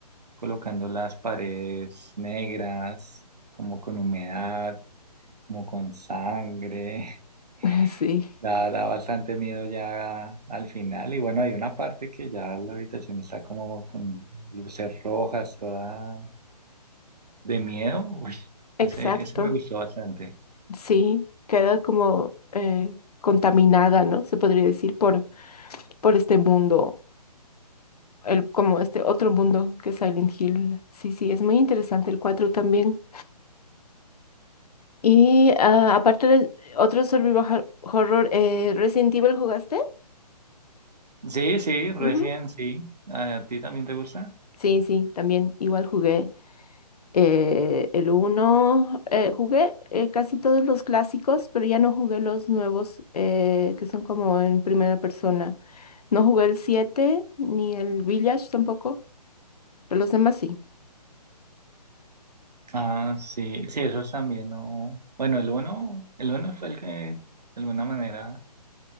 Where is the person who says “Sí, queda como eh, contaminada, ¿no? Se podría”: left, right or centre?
Left